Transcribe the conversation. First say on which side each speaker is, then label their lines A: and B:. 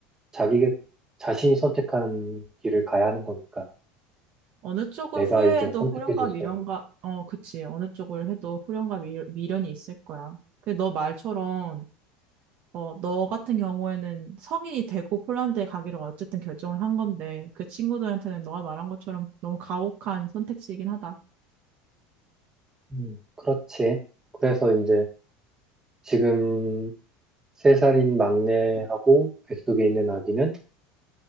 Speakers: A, on the right; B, on the right.
A: 자기, 자신이 선택한 길을 가야 하는 거니까.
B: 어느 쪽을
A: 내가
B: 후회해도
A: 이제 선택해
B: 후련과
A: 줄
B: 미련과,
A: 수 없는. 거.
B: 어, 그치. 어느 쪽을 해도 후련과 미, 미련이 있을 거야. 근데 너 말처럼 어, 너 같은 경우에는 성인이 되고 폴란드에 가기로 어쨌든 결정을 한 건데, 그 친구들한테는 너가 말한 것처럼 너무 가혹한 선택지이긴 하다.
A: 음, 그렇지. 그래서 이제 지금 세살인 막내하고 뱃속에 있는 아기는